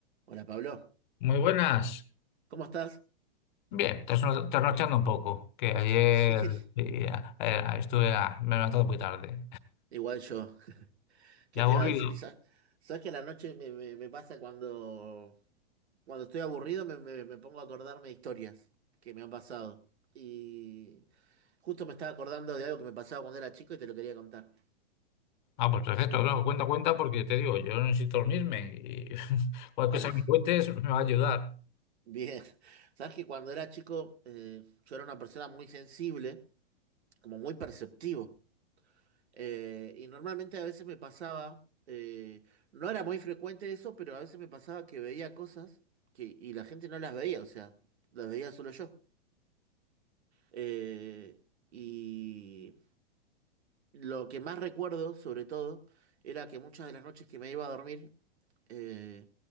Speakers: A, on the right; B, on the left.
A: Hola Pablo,
B: Muy buenas.
A: ¿cómo estás? <laughs>
B: Bien, trasno- trasnochando un poco, que ayer
A: Sí,
B: sí, a- a- estuve, a- me he levantado muy tarde.
A: igual yo. ¿Qué
B: Y aburrido.
A: te iba a decir? Y sa- ¿Sabes que a la noche me, me- me pasa cuando, cuando estoy aburrido me, me- me pongo a acordarme de historias que me han pasado? Y justo me estaba acordando de algo que me pasaba cuando era chico y te lo quería contar.
B: Ah, pues perfecto, no, cuenta, cuenta, porque te digo, yo no necesito dormirme y <laughs> cualquier
A: <laughs> Ah,
B: cosa que me cuentes me va a ayudar.
A: bien, ¿sabes que cuando era chico eh, yo era una persona muy sensible, como muy perceptivo? Eh, y normalmente a veces me pasaba, eh, no era muy frecuente eso, pero a veces me pasaba que veía cosas que, y la gente no las veía, o sea, las veía solo yo. Eh, y lo que más recuerdo, sobre todo, era que muchas de las noches que me iba a dormir, eh,